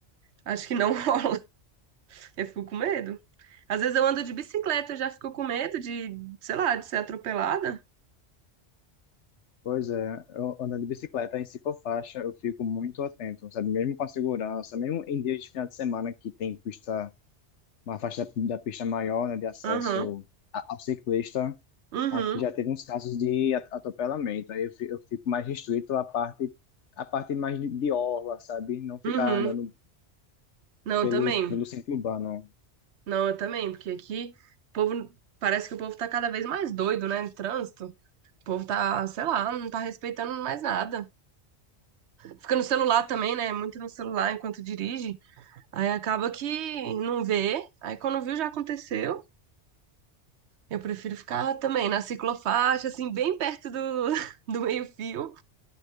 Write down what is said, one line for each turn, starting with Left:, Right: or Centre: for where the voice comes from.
Right: acho que não <laughs> rola. Eu fico com medo. Às vezes eu ando de bicicleta, eu já fico com medo de, sei lá, de ser atropelada.
Left: Pois é, eu ando de bicicleta em ciclofaixa, eu fico muito atento, sabe? Mesmo com a segurança, mesmo em dias de final de semana que tem pista, uma faixa da, da pista maior, né, de acesso
Right: Aham,
Left: a- ao ciclista,
Right: uhum,
Left: Aqui já teve uns casos de at- atropelamento, aí eu fi- eu fico mais restrito à parte, à parte mais de, de orla, sabe? Não ficar
Right: uhum.
Left: andando
Right: Não, eu
Left: pelo,
Right: também.
Left: pelo centro urbano.
Right: Não, eu também, porque aqui o povo. Parece que o povo tá cada vez mais doido, né? No trânsito. O povo tá, sei lá, não tá respeitando mais nada. Fica no celular também, né? Muito no celular enquanto dirige. Aí acaba que não vê. Aí quando viu já aconteceu. Eu prefiro ficar também na ciclofaixa, assim, bem perto do, <laughs> do meio-fio